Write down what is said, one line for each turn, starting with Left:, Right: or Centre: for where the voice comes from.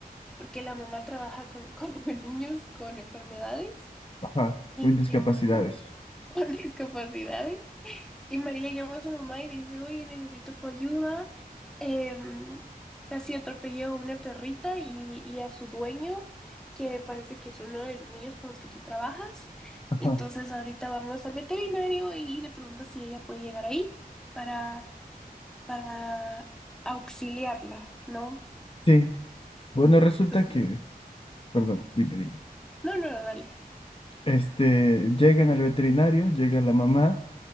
Centre: porque la mamá trabaja con, con <laughs> niños con enfermedades
Left: Ajá,
Centre: y
Left: con discapacidades.
Centre: mm, con <laughs> discapacidades. Y María llama a su mamá y le dice, oye, necesito tu ayuda. Em, casi atropelló a una perrita y, y a su dueño, que parece que es uno de los niños con los que tú trabajas.
Left: Ajá.
Centre: Entonces ahorita vamos al veterinario y le preguntas si ella puede llegar ahí para para auxiliarla, ¿no?
Left: Sí, bueno, resulta
Centre: Entonces,
Left: que, perdón, dime, dime.
Centre: no, no, no, dale.
Left: Este, llegan al veterinario, llega la mamá,